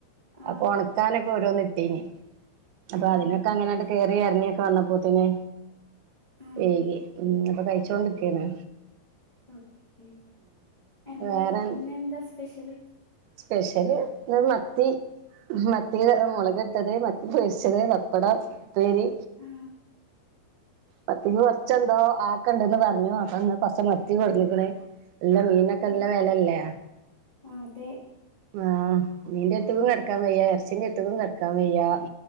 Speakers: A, on the left; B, on the right.
A: ആ
B: അപ്പൊ ഉണക്കാനൊക്കെ ഓരോന്ന് ഇട്ടീനി അപ്പൊ
A: ആ
B: അതിനൊക്കെ
A: ഓക്കെ
B: അങ്ങനെ ണ്ട് കയറി ഇറങ്ങിയൊക്കെ വന്നപ്പോത്തിന്
A: ആ
B: വൈകി ഉം പ്പം കഴിച്ചോണ്ട് കേണ്
A: ഓക്കെ എന്താ
B: വേറെ
A: ഇന്ന് എന്താ സ്പെഷ്യല്
B: സ്പെഷ്യല് മത്തി മ മത്തി മുളക് ഇട്ടത് മത്തി പൊരിച്ചത് പപ്പടം ഉപ്പേരി
A: ആ
B: പത്തി കുറച്ചെന്തോ ആക്കണ്ടന്ന് പറഞ്ഞു അപ്പന്ന് പക്ഷ മത്തി കൊടന്ന് ക്ണ് എല്ല മീനൊക്കെ
A: ആ
B: നല്ല വെലല്ലേ
A: ആ അതെ
B: ആഹ് മീന്റെ അടുത്ക്ക് കിടക്കാൻ വയ്യ ഇറച്ചിന്റെ എത്തുകും കിടക്കാൻ വയ്യാ